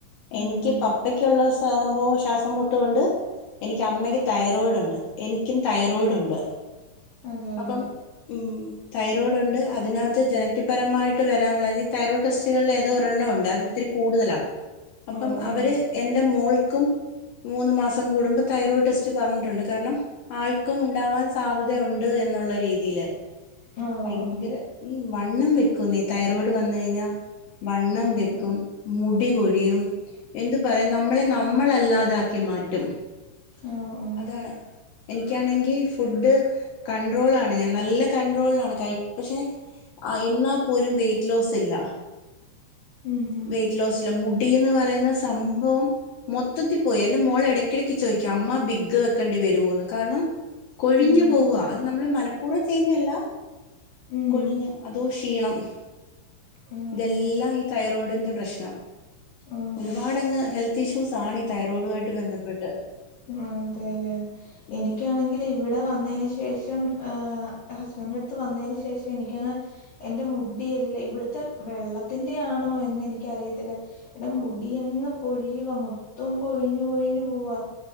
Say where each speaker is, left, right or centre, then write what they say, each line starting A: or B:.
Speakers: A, on the left; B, on the left.
A: ഉം
B: എനിക്ക് പപ്പയ്ക്കുള്ള സംഭവം ശ്വാസം മുട്ടുംണ്ട്. എനിക്ക് അമ്മയ്ക്ക് തൈറോയിഡ് ഉണ്ട്. എനിക്കും തൈറോയിഡ് ഉണ്ട്.
A: അതെല്ലേ
B: അപ്പം ഉം തൈറോയ്ഡ് ഉണ്ട് അതിനകത്ത്. ജനക്തിപരമായിട്ട് വരാന ഈ തൈറോഡ് ടെസ്റ്റുകളിൽ ഒരെണ്ണം ഉണ്ട് അത് ഇത്തിരി കൂടുതലാ. അപ്പം
A: ഓ ഓ
B: അവര് എന്റെ മോൾക്കും. മൂന്ന് മാസം കൂടുമ്പും തൈറോയ്ഡ് ടെസ്റ്റ് പറഞ്ഞിട്ടുണ്ട്. കാരണം ആൾക്കും ഉണ്ടാവാൻ സാധ്യത ഉണ്ട്. എന്നുള്ള രീതിൽ
A: ഓ
B: ഭയങ്കര
A: ആഹ്
B: ഇ വണ്ണം വെക്കും നീ തൈറോയ്ഡ് വന്ന കഴിഞ്ഞാൽ വണ്ണം
A: ആഹ്
B: വെക്കും. മു ടികൊഴിയും എന്ത് പറയാ നമ്മളെ നമ്മളല്ലാതാക്കി മാറ്റും.
A: ഓ ഓ
B: അതാണ് എനിക്കാണെങ്കി ഫുഡ്. കൺണ്ട്രോൾ ആണ് ഞാൻ നല്ല കൺണ്ട്രോളാണ് കഴി പക്ഷെ എന്നാൽ പോലും വെറ്റ് ലോല്ല
A: ഉം ഉം
B: വെറ്റ് ലോസ്ല്ല മുടിന്ന് പറയുന്ന സംഭവം മൊത്തത്തിൽ പോയി എന്റെ മോള് ഇടയ്ക്കിടക്ക് ചോദിക്കാം. അമ്മ ബിഗ്ഗ് വെക്കേണ്ടി വരൊ. കാരണം കൊഴിഞ്ഞു
A: ഉം
B: പോവുക അത് നമ്മൾ മനഃപൂർവ്വം ചെയ്യുന്നതല്ല.
A: ഉം
B: കൊഴിഞ്ഞ്
A: ഉം
B: അതോ ക്ഷീണം.
A: ആഹ്
B: ഇതെല്ലാം ഈ തൈറോയ്ഡിന്റെ പ്രശ്നം.
A: ആഹ്
B: ഒരുപാട്ങ്ങ് ഹെൽത്ത് ഇഷ്യൂസ ആണ് ഈ തൈറോയിഡുമായിട്ട് ബന്ധപ്പെട്ട്.
A: അതെല്ലേ
B: ഉം
A: എനിക്കാണെങ്കിൽ ഇവിടെ വന്നതിന് ശേഷം. ആ ഹസ്ബൻഡന്റെ അടുത്ത് വന്നതിന് ശേഷം. എനിക്കങ്ങ എന്റെ മുടിയ എല്ല ഇവിടുത്തെ വെള്ളത്തിന്റെ ണോ എന്ന് എനിക്കറിയത്തില്ല. ഇടെ മുടി എങ്ങ് പൊഴിയുവ മൊത്തം പൊഴിഞ്ഞു പൊഴിഞ്ഞു പോവാ.